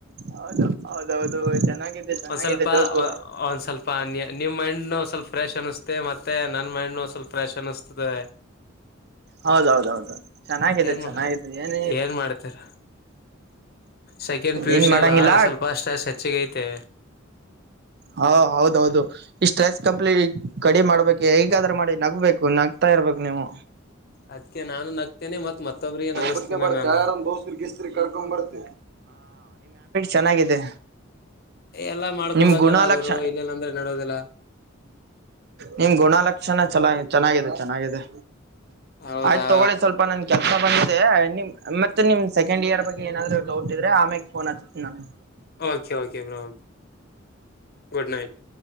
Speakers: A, on the right (about 55°); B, on the left (about 50°).
A: ಹೌದು ಹೌದೌದು ಚೆನ್ನಾಗಿದೆ ಚೆನ್ನಾಗಿದೆ
B: ಒಂದ್ ಸ್ವಲ್ಪ
A: ಜೋಕು
B: ಒಂದ್ ಸ್ವಲ್ಪ ನಿಮ್ ಮೈಂಡ್ಂದ್ ಸ್ವಲ್ಪ ಫ್ರೆಶ್ ಅನಿಸಸ್ತೆ ಮತ್ತೆ ನನ್ ಮೈಂಡ್ಂದ್ ಸ್ವಲ್ಪ ಫ್ರೆಶ್ ಅನಸ್ತತೆ ತದೆ
A: ಹೌದೌದೌದು ಚೆನ್ನಾಗಿದೆ
B: ಏನ್
A: ಚೆನ್ನಾಗಿದೆ ಏನ
B: ಏನ್ ಮಾಡ್ತೀರ ಸೆಕೆಂಡ್ ಪಿ ಯು
A: ಏನ್
B: ಸಿ
A: ಮಾಡಂಗಿಲ್ಲ
B: ಅಲ್ಲ ಸ್ವಲ್ಪ ಸ್ಟ್ರೆಸ್ ಹೆಚ್ಚಿಗೆ ಐತೆ
A: ಹಾ ಹೌದೌದು ಇಷ್ಟು ರೈಸ್ ಕಂಪ್ಲೀಟ್ ಕಡಿ ಮಾಡ್ಬೇಕು ಈಗಾದ್ರೆ ಮಾಡಿ ನಗ್ಬೇಕು ನಗ್ತಾ ಇರ್ಬೇಕು ನೀವು
B: ಅದ್ಕ್ಕೆ ನಾನು ನಗ್ತೀನಿ ಮತ್ ಮತ್ತೊಬ್ರಿಗೆ ನಗಸ್ತೇನೆ
A: ಒಬ್ಬೇ ಬರ್
B: ನಾನು
A: ಯಾರಂದ ದೋಸ್ತ್ಸ್್ರ ಕರ್ಕೊಂಡ್ ಬರ್ತ ಚೆನ್ನಾಗಿದೆ
B: ಎಲ್ಲಾ ಮಾಡ್ಕೊಬೇಕಲ್ಲ
A: ನಿಮ್ ಗುಣಲಕ್ಷ
B: ಗರು ಇನ್ನೇಿಲ್ಲ ಅಂದ್ರೆ ನಡೋದಿಲ್ಲ
A: ನಿಮ್ ಗುಣಲಕ್ಷಣ ಚನ್ನ ಚೆನ್ನಾಗಿದೆ ಚೆನ್ನಾಗಿದೆ
B: ಹೌದಾ
A: ಆಯ್ತು ತಗೊಳ್ಳಿ ಸ್ವಲ್ಪ ನನ್ ಕೆಲಸ ಬಂದಿದೆ ನಿಮ್ ಮತ್ತೆ ನಿಮ್ ಸೆಕೆಂಡ್ ಇಯರ್ ಬಗ್ಗೆ ಏನಾದ್ರು ಡೌಟ್ ಇದ್ರೆ ಆಮ್ಯೆ ಫೋನ್ ಹಚ್ತೀನಿ ನಾನು
B: ಓಕೆ ಓಕೆ ಬರೋ ಕೆ ಗುಡ್ ನೈಟ್